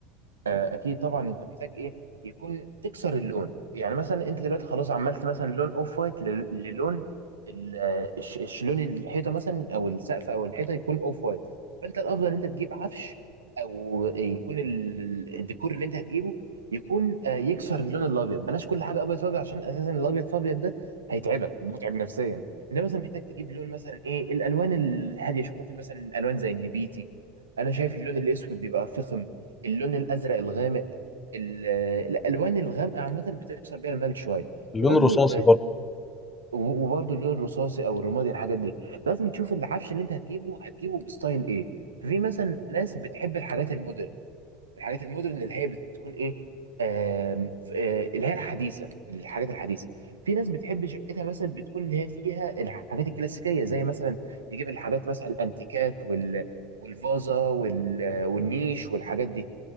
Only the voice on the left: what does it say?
اللون
الرصاصي برضو